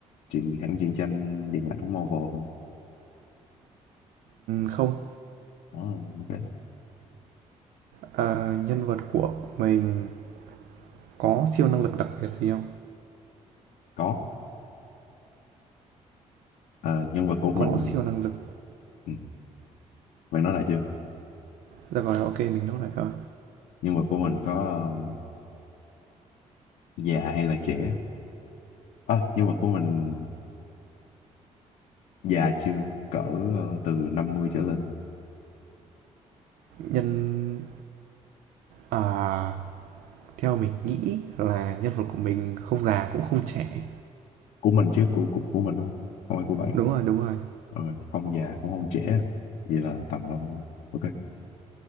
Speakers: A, on the left; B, on the right.
A: truyện hãng truyện tranh điện ảnh Marvel không?
B: không.
A: Ồ, ok.
B: Ờ, nhân vật của mình có siêu năng lực đặc biệt gì không?
A: Có. Ờ, nhân vật của mình
B: Có siêu năng lực.
A: ừ, bạn nói lại chưa?
B: Được rồi, ok mình nốt lại rồi.
A: Nhân vật của mình có ờ, già hay là trẻ? À, nhân vật của mình già chưa? Cỡ ờ, từ 50 trở lên.
B: Nhân à, theo mình nghĩ là nhân vật của mình không già cũng không trẻ.
A: Của mình chứ, của của, của mình đúng không? Không phải của bạn.
B: Đúng rồi, đúng rồi.
A: Ờ, không già cũng không trẻ. Vậy là tầm um, ok